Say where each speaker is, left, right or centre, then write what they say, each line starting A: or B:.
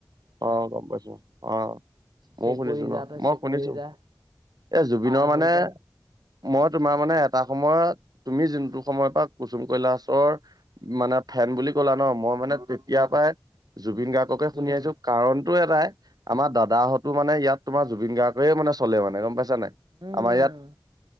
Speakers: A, on the right; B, on the right.
A: অ' গম পাইছো। অ' মইও
B: চেকুৰি
A: শুনিছো ন।
B: যা তই
A: মই
B: চেকুৰি
A: শুনিছো
B: যা
A: এ জুবিনৰ
B: পাৰ হৈ
A: মানে
B: যা
A: মই তোমাৰ মানে এটা সময়ত তুমি যোনটো সময়ৰ পৰা কুচুম কৈলাশৰ মানে ফেন বুলি কলা ন'? মই মানে তেতিয়াৰ
B: অ
A: পৰাই জুবিন গাৰ্গকে
B: জুবিন
A: শুনি আহিছো টো এটাই আমাৰ দাদাহঁতো মানে ইয়াত তোমাৰ জুবিন গাৰ্গে মানে চলে মানে গম পাই ছা নাই?
B: উম
A: আমাৰ ইয়াত